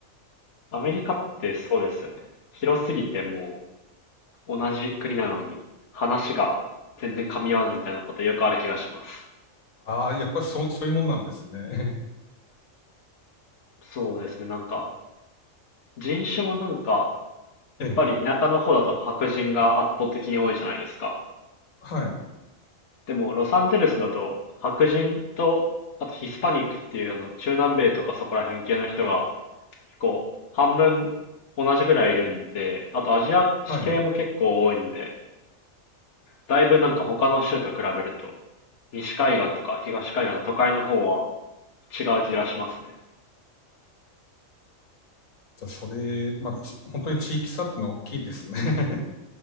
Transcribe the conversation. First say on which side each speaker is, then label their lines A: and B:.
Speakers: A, on the left; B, on the left.
A: アメリカってそうですよね。広すぎてもう同じ国なのに話が全然噛み合わないみたいなことよくある気がします。
B: <laughs> ああ、やっぱりそ、そういうもんなんですね。
A: そうですね、なんか人種もなんか、やっぱり田舎の方だと白人が圧倒的に多いじゃないですか。
B: ええ、はい、
A: でもロサンゼルスだと白人とあとヒスパニックっていうあの中南米とかそこら辺系の人が結構、半分同じぐらいいるんで、あとアジア地系も結構多いんで、
B: はい。
A: だいぶなんか他の州と比べると、西海岸とか東海岸の都会の方は違う気がしますね。
B: じゃあ、それ、まあ、ち本当に地域差ってのは大きいですね。<laughs>